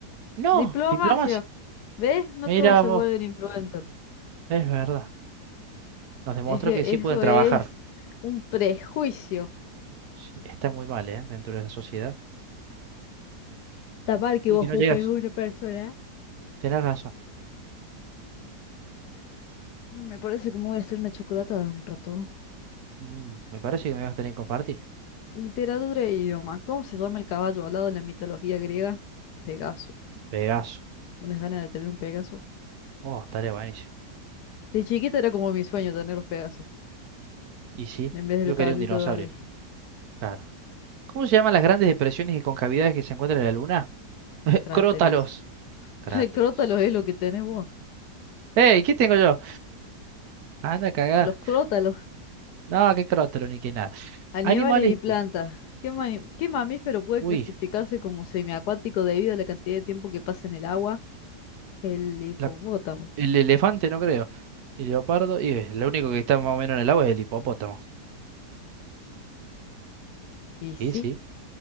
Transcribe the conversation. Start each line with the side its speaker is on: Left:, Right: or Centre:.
Right: No,
Left: Diplomacia.
Right: diplomacia.
Left: ¿Ves? No
Right: Mira
Left: todos se
Right: vos,
Left: vuelven influencers.
Right: es verdad. Nos demostró
Left: Eje,
Right: que sí
Left: eso
Right: pueden trabajar.
Left: es un prejuicio.
Right: Sí, está muy mal, ¿eh? Dentro de la sociedad.
Left: Está mal que
Right: Uy,
Left: vos
Right: que
Left: juzgues
Right: no llegas.
Left: a una persona.
Right: Tenés razón.
Left: Mm, Me parece que me voy a hacer una chocolata de un rato.
Right: Mm, me parece que me vas a tener que compartir.
Left: Literatura e idioma. ¿Cómo se llama el caballo alado en la mitología griega? Pegaso.
Right: Pegaso.
Left: ¿Unas ganas de tener un Pegaso?
Right: Oh, estaría buenísimo.
Left: De chiquita era como mi sueño tener los Pegasos,
Right: Y sí,
Left: en vez del
Right: yo
Left: caballito
Right: quería un dinosaurio.
Left: de Barbie.
Right: Claro. ¿Cómo se llaman las grandes depresiones y concavidades que se encuentran en la luna? <laughs>
Left: Cráteres.
Right: Crótalos. Cráteres.
Left: <laughs> Crótalos es lo que tenemos.
Right: ¡Ey! ¿Qué tengo yo? Anda, cagá.
Left: Los crótalos,
Right: No, qué crótalo ni qué nada.
Left: animales
Right: Animales.
Left: y plantas. ¿Qué, mani- qué mamífero puede
Right: Uy,
Left: clasificarse como semiacuático debido a la cantidad de tiempo que pasa en el agua? El hipopótamo.
Right: la- el elefante no creo. El leopardo. Y eh, lo único que está más o menos en el agua es el hipopótamo.
Left: Y sí,
Right: Y sí,